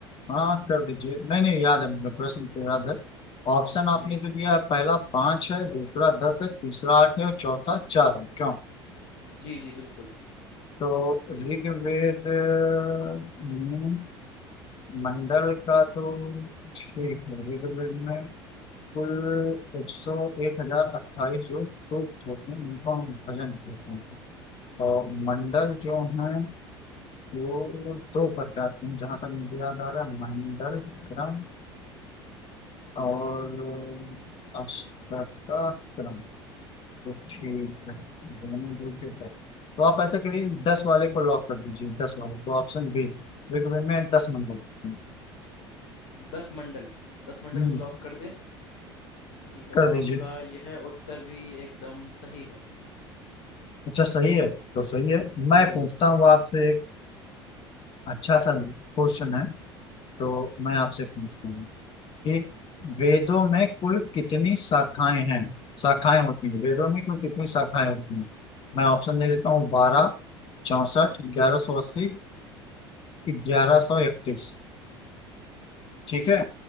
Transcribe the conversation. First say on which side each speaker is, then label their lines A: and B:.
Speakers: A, on the left; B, on the left.
A: हाँ कर दीजिए नहीं नहीं याद है मुझे
B: हाँ
A: प्रश्न तो याद है ऑप्शन आपने
B: जी
A: जो दिया है पहला पांच है दूसरा दस है तीसरा आठ है और चौथा चार है क्यों
B: जी जी बिल्कुल
A: तो ऋग्वेद में मंडल का तो ठीक है ऋग्वेद में कुल एक सौ एक हजार अट्ठाईस जो सूक्त होते हैं उनको हम भजन कहते हैं और मंडल जो हैं वो दो प्रकार के हैं जहाँ तक मुझे याद आ रहा है मंडल क्रम और अष्टोत्तरम तो ठीक है दोनों ग्रुप के दस तो आप ऐसा करिए दस वाले को लॉक कर दीजिए दस वाले को ऑप्शन बी ऋग्वेद में दस नंबर लिखते हैं।
B: दस मंडल दस मंडल
A: हम्म
B: को लॉक कर दे ठीक है
A: कर
B: तो
A: दीजिए
B: आपका यह उत्तर भी एकदम सही है
A: अच्छा सही है तो सही है मैं
B: जी
A: पूछता हूँ आपसे एक अच्छा सा क्वेश्चन है तो मैं आपसे पूछता हूँ कि वेदों में कुल कितनी शाखाएं हैं शाखाएं होती हैं वेदों में कुल कितनी शाखाएं होती हैं मैं ऑप्शन दे देता हूँ बारह चौसठ ग्यारह सौ अस्सी ग्यारह सौ इकतीस
B: जी
A: ठीक है